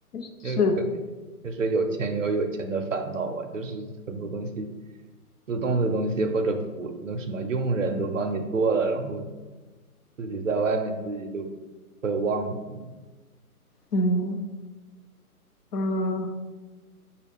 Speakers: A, on the left; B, on the right.
A: 是
B: 这个可能就是有钱也有有钱的烦恼吧，就是很多东西，自动的东西或者普那什么佣人都帮你做了，然后自己在外面自己就会忘记，
A: 嗯嗯，